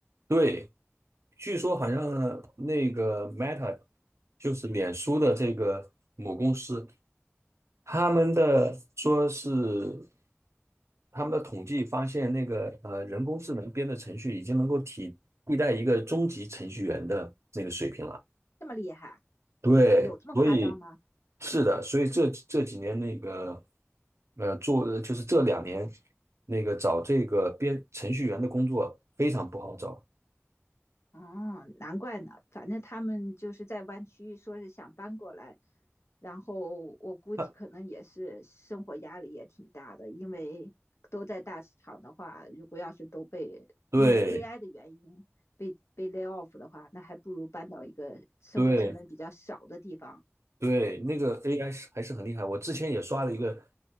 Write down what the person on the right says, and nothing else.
对，据说好像那个 Meta 就是脸书的这个母公司，他们的说是他们的统计发现，那个呃，人工智能编的程序已经能够替替代一个中级程序员的那个水平了。
对，
所以是的，所以这这几年那个呃，做就是这两年那个找这个编程序员的工作非常不好找。
他
对
对对，那个 AI 是还是很厉害。我之前也刷了一个